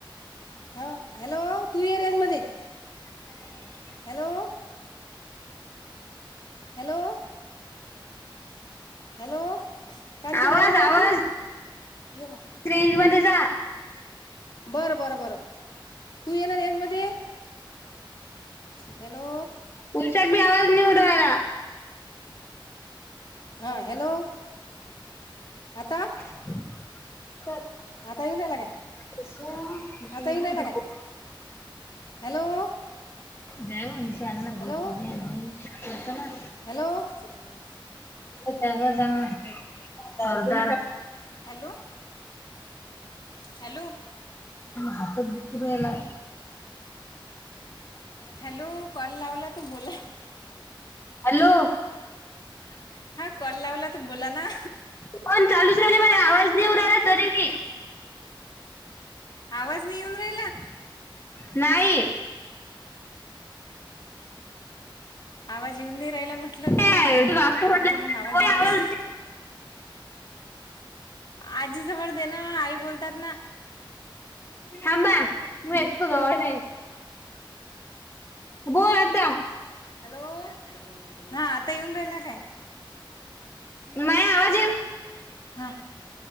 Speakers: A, on the left; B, on the left.
A: ह. हॅलो तू ये रेंज मध्ये.
B: <inaudible>
A: हॅलो! हॅलो! हॅलो! कांचन
B: आवाज
A: ये वर
B: आवाज
A: तू. ये मग.
B: रेंज मध्ये जा.
A: बरं बरं बरं तू ये ना रेंजमध्ये. हॅलो!
B: उषाक भी आवाज नाई येऊन राहीला.
A: हां. हॅलो! आता?
B: <inaudible> तर.
A: आता येऊन राहिला काय
B: तस. <unintelligible>
A: आता येऊन राहिला काय हॅलो!
B: देव निशानला
A: हॅलो
B: गं तुझे होतं नां
A: हॅलो असं बोलवर सटकन
B: हो त्यां घरं जां
A: हॅलो हॅलो
B: हात दुंपूरयला
A: हॅलो कॉल लावलां तरं बोलां
B: हॅलो
A: हॅलो हां कॉल लावलां तरं बोलां नां
B: फोन चालूच राहिले मला आवाज नाही येऊ राहिला तरी बी
A: आवांज नाहीं येऊन राहिला
B: नाहीं
A: आवांज येऊन नाहीं राहियला म्हटलं
B: काय
A: तरं नाहीं म्हणतांत
B: तू वापस बोलला
A: म्हणजे मंग आवांज
B: कोणी
A: येऊन
B: आवाज
A: राहिले आजी जवळं देणं आई बोलतांत नां
B: थांबा मू एतो जवळे बोलं आंता
A: हॅलो हां आंता येऊन राहिला कायं
B: मयां आंत
A: हां हां